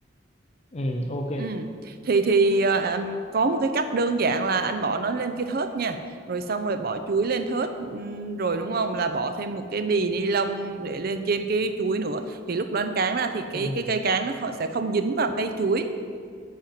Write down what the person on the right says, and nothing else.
Ừ. Thì thì ờ, có một cái cách đơn giản là anh bỏ nó lên cái thớt nha rồi xong rồi bỏ chuối lên thớt ừm, rồi đúng không là bỏ thêm một cái bì ni lông để lên trên cái chuối nữa thì lúc đó anh cán ra thì cái
cái cây cán nó không, sẽ không dính vào cây chuối